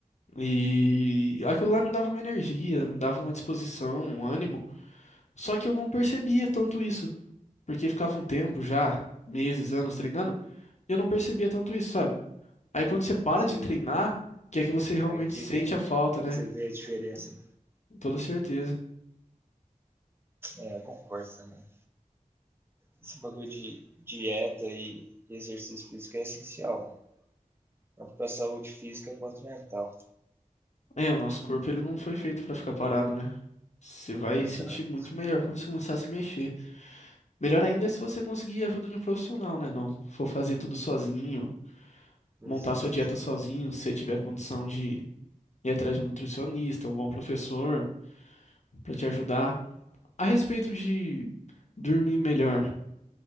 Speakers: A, on the left; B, on the right.
A: E aquilo lá me dava uma energia, me dava uma disposição, um ânimo, só que eu não percebia tanto isso. Porque ficava um tempo já, meses, anos treinando, e eu não percebia tanto isso, sabe? Aí quando você para
B: Você
A: de treinar, que é que você realmente
B: Aí que
A: sente
B: vem,
A: a falta, né?
B: você vê a diferença.
A: Com toda certeza.
B: É, eu concordo também. Esse bagulho de dieta e exercício físico é essencial, mano. Tanto para saúde física quanto mental.
A: É, o nosso corpo ele não foi feito pra ficar parado, né? Você vai
B: Exato,
A: sentir muito melhor quando você começar a se mexer. Melhor ainda é se você conseguir a ajuda de um profissional, né? Não for fazer tudo sozinho,
B: exato.
A: montar sua dieta sozinho, se você tiver condição de ir atrás de um nutricionista, um bom professor pra te ajudar. A respeito de dormir melhor.